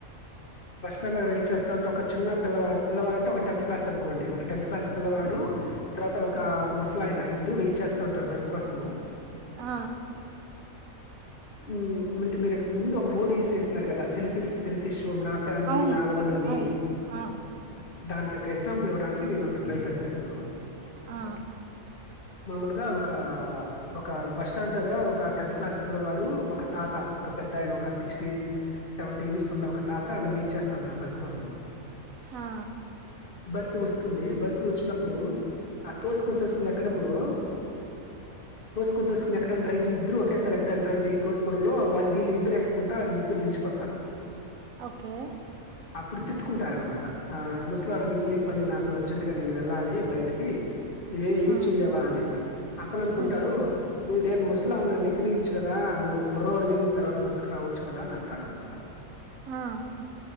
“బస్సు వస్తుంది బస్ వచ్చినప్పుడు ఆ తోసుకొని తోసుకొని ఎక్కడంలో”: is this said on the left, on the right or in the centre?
Left